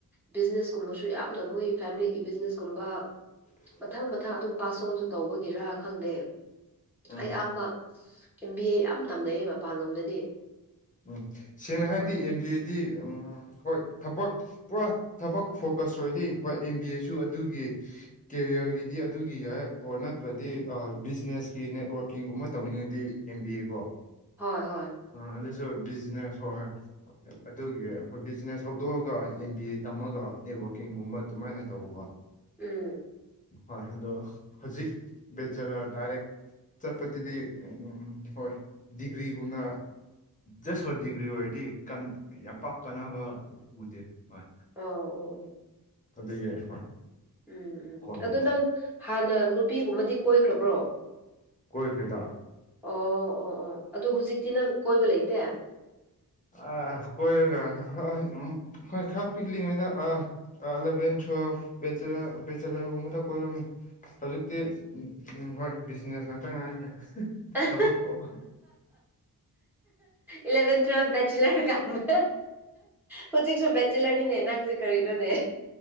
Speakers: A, in the centre; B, on the left.
A: ꯕꯤꯖꯤꯅꯦꯁꯀꯨꯝꯕꯁꯨ ꯌꯥꯝꯅ ꯃꯣꯏ ꯐꯦꯃꯤꯂꯤꯒꯤ ꯕꯤꯖꯤꯅꯦꯁꯀꯨꯝꯕ
B: ꯎꯝ
A: ꯃꯊꯪ ꯃꯊꯪ ꯑꯗꯨꯝ ꯄꯥꯁ ꯑꯣꯟꯁꯨ ꯇꯧꯕꯒꯤꯔꯥ ꯈꯪꯗꯦ
B: ꯎꯝ
A: ꯑꯌꯥꯝꯕ ꯑꯦꯝ ꯕꯤ ꯑꯦ ꯌꯥꯝ ꯇꯝꯅꯩ ꯃꯄꯥꯟꯂꯣꯝꯗꯗꯤ
B: ꯎꯝ ꯁꯦꯡꯅ
A: ꯑꯗꯨꯒ
B: ꯍꯥꯏꯔꯗꯤ ꯑꯦꯝ ꯕꯤ ꯑꯦꯗꯤ ꯎ ꯍꯣꯏ ꯊꯕꯛ ꯄꯨꯔꯥ ꯊꯕꯛ ꯐꯣꯀꯁ ꯑꯣꯏꯔꯗꯤ ꯍꯣꯏ ꯑꯦꯝ ꯕꯤ ꯑꯦꯁꯨ ꯑꯗꯨꯒꯤ ꯀꯦꯔꯤꯌꯔꯒꯤꯗꯤ ꯑꯗꯨꯒꯤ ꯌꯥꯏ ꯑꯣꯔ ꯅ ꯑꯗꯤ
A: ꯎꯝ
B: ꯕꯤꯖꯤꯅꯦꯁꯀꯤ ꯅꯦꯠꯋꯥꯔꯀꯤꯡꯒꯨꯝꯕ ꯇꯧꯅꯤꯡꯉꯗꯤ ꯑꯦꯝ ꯕꯤ ꯑꯦ ꯀꯣ
A: ꯍꯣꯏ ꯍꯣꯏ
B: ꯑ ꯑꯗꯨꯁꯨ ꯕꯤꯖꯤꯅꯦꯁ ꯍꯣꯏ ꯑꯗꯨꯒꯤ ꯍꯣꯏ ꯕꯤꯖꯤꯅꯦꯁ ꯍꯧꯗꯣꯛꯑꯒ ꯑꯦꯝ ꯕꯤ ꯑꯦ ꯇꯝꯃꯒ ꯅꯦꯠꯋꯥꯀꯤꯡꯒꯨꯝꯕ ꯑꯗꯨꯃꯥꯏꯅ ꯇꯧꯕꯀꯣ
A: ꯎꯝ
B: ꯍꯣꯏ ꯑꯗꯣ ꯍꯧꯖꯤꯛ ꯕꯆ ꯗꯥꯏꯔꯦꯛ ꯆꯠꯄꯗꯨꯗꯤ ꯍꯣꯏ ꯗꯤꯒ꯭ꯔꯤꯒꯨꯝꯅ ꯖꯁ ꯗꯤꯒ꯭ꯔꯤ ꯑꯣꯏꯔꯗꯤ ꯌꯥꯝ ꯄꯥꯛ ꯀꯅꯕ ꯎꯗꯦ ꯍꯣꯏ
A: ꯑꯣ ꯑꯣ ꯑꯣ
B: ꯑꯗꯨꯒꯤ ꯍꯣꯏ
A: ꯎꯝ ꯎꯝ
B: ꯀꯣꯟꯅ
A: ꯑꯗꯨ ꯅꯪ ꯍꯥꯟꯅ ꯅꯨꯄꯤꯒꯨꯝꯕꯗꯤ ꯀꯣꯏꯈ꯭ꯔꯕ꯭ꯔꯣ
B: ꯀꯣꯏ ꯐꯩꯗ
A: ꯑꯣ ꯑꯣ ꯑꯣ ꯑꯗꯨ ꯍꯧꯖꯤꯛꯇꯤ ꯅꯪ ꯀꯣꯏꯕ ꯂꯩꯇꯦ
B: ꯑꯥ ꯀꯣꯏꯔꯒ ꯎ ꯍꯣꯏ ꯈꯔ ꯄꯤꯛꯂꯤꯉꯩꯗ ꯑꯥ ꯑꯂꯕꯦꯟ ꯇꯨꯋꯦꯜꯆꯂꯔꯦꯆꯂꯔꯒꯨꯝꯕꯗ ꯀꯣꯏꯔꯣꯃꯤ ꯍꯧꯖꯤꯛꯇꯤꯝ ꯍꯣꯏ ꯕꯤꯖꯤꯅꯦꯁ ꯉꯥꯛꯇ ꯉꯥꯏꯈ꯭ꯔꯦ
A: ꯑꯦ
B: ꯊꯕꯛ ꯑꯣ
A: ꯏꯂꯚꯦꯟꯋ ꯦꯆꯨꯂꯔ ꯀꯝꯃꯦ ꯍꯧꯖꯤꯛꯁꯨ ꯆꯂꯔꯅꯤꯅꯦ ꯑꯦꯅꯥꯪꯁꯤ ꯀꯔꯤꯗꯣꯅꯦ